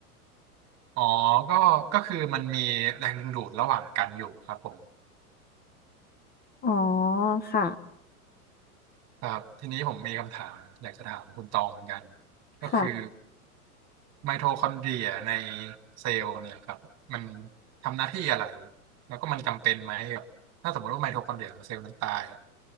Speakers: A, on the right; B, on the left.
A: อ๋อก็ก็คือมันมีแรงดึงดูดระหว่างกันอยู่ครับผม
B: อ๋อ ค่ะ
A: ครับทีนี้ผมมีคำถามอยากจะถามคุณตองเหมือนกันก็คือ
B: ค่ะ
A: ไมโทคอนเดรียในเซลล์เนี่ยครับมันทำหน้าที่อะไรแล้วก็มันจำเป็นไหมกับถ้าสมมติว่าไมโทคอนเดรียของเซลล์นั้นตายอะ